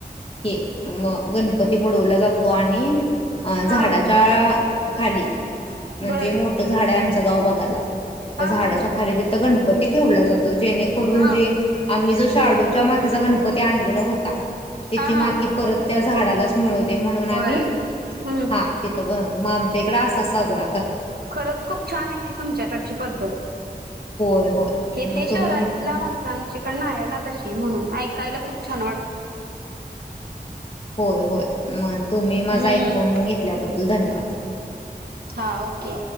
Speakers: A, on the left; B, on the right.
A: हे म गणपती बुडवला जातो आणि अं झाडाच्या
B: हा
A: खाली म्हणजे
B: बर
A: मोठं झाड आहे आमच्या गाव बघायला. तर
B: हा
A: झाडाच्या
B: हा हा
A: खाली तिथं गणपती ठेवला जातो, जेणेकरून
B: हा
A: जे आम्ही जो शाडूच्या मातीचा गणपती आणलेला होता त्याची
B: हा
A: माती
B: हा
A: परत त्या झाडालाच मिळ म्हणून आम्ही
B: होय हम्म
A: हा तिथं बनवतो, मग आमच्या इकडे असा साजरा कर
B: खरंच खूप छान आहे की तुमच्याकडची पद्धत.
A: होय होय
B: हे
A: मग
B: ते शहरातल्या
A: तुम्ही
B: माणसांच्याकडन आहे ना तशी म्हणून ऐकायला खूप छानवा
A: होय होय मग तुम्ही माझा
B: हम्म
A: ऐकून घेतल्याबद्दल धन्यवाद.
B: हा ओके.